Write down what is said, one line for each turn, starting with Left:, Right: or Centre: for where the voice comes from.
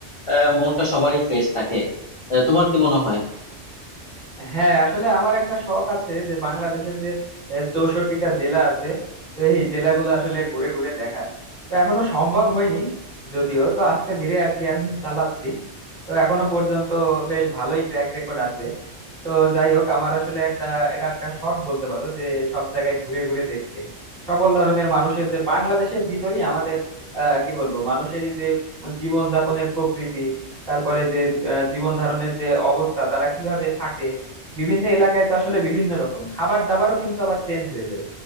Left: আহ মনটা সবারই ফ্রেশ থাকে আহ, তোমার কি মনে হয়
Centre: হ্যাঁ আসলে আমার একটা শখ আছে যে বাংলাদেশের যে চৌষট্টিটা জেলা আছে তো এই জেলাগুলো আসলে ঘুরে ঘুরে দেখার তো এখনো সম্ভব হয়নি যদিও তো আস্তে ধীরে আর কি আমি চালাচ্ছি তো এখনো পর্যন্ত বেশ ভালোই ট্র্যাক রেকর্ড আছে তো যাই হোক আমার আসলে একটা এটা একটা শখ বলতে পারো যে সব জায়গায় ঘুরে ঘুরে দেখতে সকল ধরনের মানুষের যে বাংলাদেশের ভিতরই আমাদের আহ কি বলবো মানুষেরই যে জীবন যাপনের প্রকৃতি তারপরে যে জীবন ধারণের যে অবস্থা তারা কিভাবে থাকে বিভিন্ন এলাকায় তো আসলে বিভিন্ন রকম খাবার দাবারও কিন্তু আবার চেঞ্জ হয়ে যায়